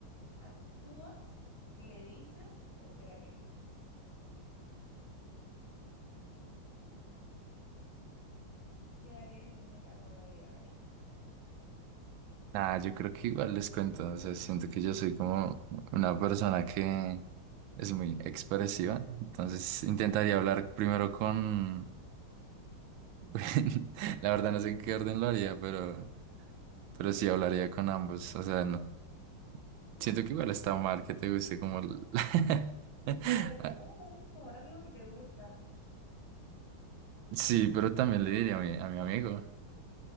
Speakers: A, on the left; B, on the right.
A: ¿Actúas, le dices o te alejas? ¿Qué harías en ese caso, David? A ver.
B: Nada, yo creo que igual les cuento, o sea, siento que yo soy como una persona que es muy expresiva, entonces intentaría hablar primero con, <laughs> la verdad no sé en qué orden lo haría, pero, pero sí hablaría con ambos, o sea, no. Siento que igual está mal que te guste como... el- <laughs>
A: Se le diría a tu mejor amigo que te gusta.
B: Sí, pero también le diría a mi, a mi amigo.